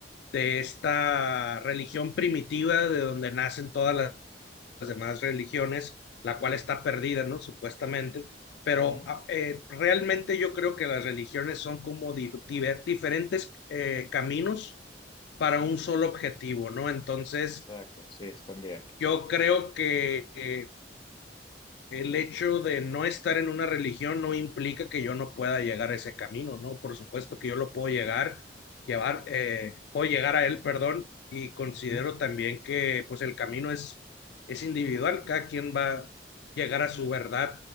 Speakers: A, on the left; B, on the left.
A: de esta religión primitiva de donde nacen todas las las demás religiones, la cual está perdida, ¿no? Supuestamente, pero
B: Ujú,
A: ah, eh, realmente yo creo que las religiones son como di- diver- diferentes eh, caminos para un solo objetivo, ¿no? Entonces,
B: Exacto, sí, es también.
A: yo creo que eh, el hecho de no estar en una religión no implica que yo no pueda llegar a ese camino, ¿no? Por supuesto que yo lo puedo llegar, llevar, eh, puedo llegar a él, perdón, y considero
B: Ujú.
A: también que pues el camino es, es individual, cada quien va a llegar a su verdad